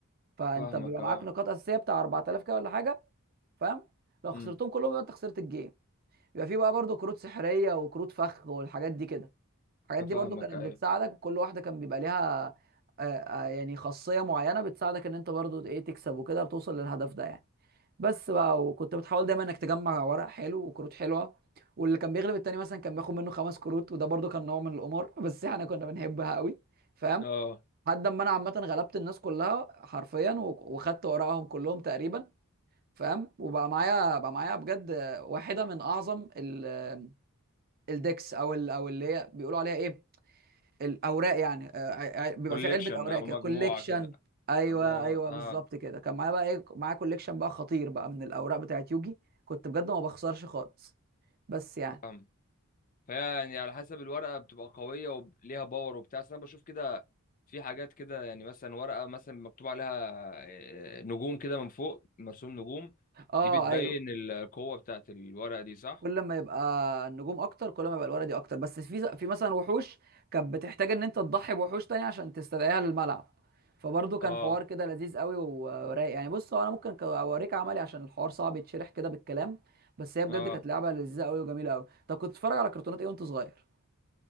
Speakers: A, on the right; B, on the left.
A: فانت
B: فاهمك
A: بيبقى معاك
B: اه
A: نقاط اساسيه بتاع 4000 كده ولا حاجه فاهم لو
B: امم
A: خسرتهم كلهم يبقى انت خسرت الجيم يبقى في بقى برضو كروت سحريه وكروت فخ والحاجات دي كده الحاجات دي
B: فاهمك
A: برضو كانت
B: ايوه
A: بتساعدك كل واحده كان بيبقى ليها آه، آه، يعني خاصيه معينه بتساعدك ان انت برضو ايه تكسب وكده بتوصل للهدف ده يعني بس بقى وكنت بتحاول دايما انك تجمع ورق حلو وكروت حلوه واللي كان بيغلب التاني مثلا كان بياخد منه خمس كروت وده برضو كان نوع من القمار <laughs> بس احنا كنا بنحبها قوي فاهم
B: اه
A: لحد ما انا عامه غلبت الناس كلها حرفيا و- وخدت ورقهم كلهم تقريبا فاهم وبقى معايا بقى معايا بجد واحده من اعظم ال- الديكس او ال- او اللي هي بيقولوا عليها ايه الاوراق يعني آه، ع- ع- بيبقى
B: كوليكشن
A: في علبه اوراق
B: او
A: كده
B: مجموعة
A: كوليكشن
B: كده
A: ايوه
B: الله
A: ايوه
B: اه
A: بالظبط كده كان معايا بقى ايه معايا كوليكشن بقى خطير بقى من الاوراق بتاعت يوجي كنت بجد ما بخسرش خالص بس يعني
B: فاهم فيعني على حسب الورقة بتبقى قوية وليها باور وبتاع بس أنا بشوف كده في حاجات كده يعني مثلا ورقة مثلا مكتوب عليها آه، نجوم كده من فوق مرسوم نجوم
A: اه
B: دي بتبين
A: ايوه
B: القوة بتاعت الورقة دي صح؟
A: كل ما يبقى النجوم اكتر كل ما يبقى الورقي اكتر بس في في مثلا وحوش كانت بتحتاج ان انت تضحي بوحوش تانية عشان تستدعيها للملعب فبرضه كان
B: اه
A: حوار كده لذيذ قوي ورايق يعني بص هو انا ممكن ك- اوريك عملي عشان الحوار صعب يتشرح كده بالكلام بس هي بجد
B: اه
A: كانت لعبه لذيذه قوي وجميله قوي طب كنت بتتفرج على كرتونات ايه وانت صغير